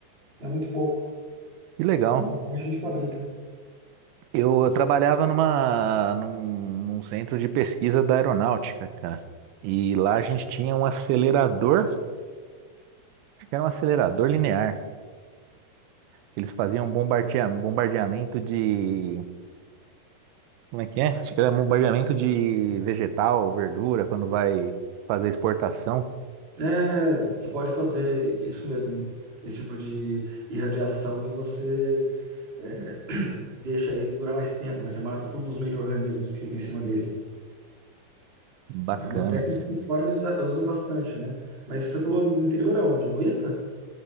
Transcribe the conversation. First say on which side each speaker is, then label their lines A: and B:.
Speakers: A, on the right; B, on the right.
A: É muito pouco.
B: Que legal.
A: Normalmente a gente fabrica.
B: Eu trabalhava numa, num, num centro de pesquisa da aeronáutica, cara. E lá a gente tinha um acelerador Era um acelerador linear. que Eles faziam bombardea- bombardeamento de. Como é que é? Acho que era bombardeamento de vegetal, verdura, quando vai fazer exportação.
A: É, você pode fazer isso mesmo, esse tipo de irradiação e você é, <clears throat> deixa ele durar mais tempo, né? Você mata todos os micro-organismos que ficam em cima dele.
B: Bacana.
A: É uma técnica que fora eles usa- usam bastante, né? Mas você falou no interior aonde? No Ita?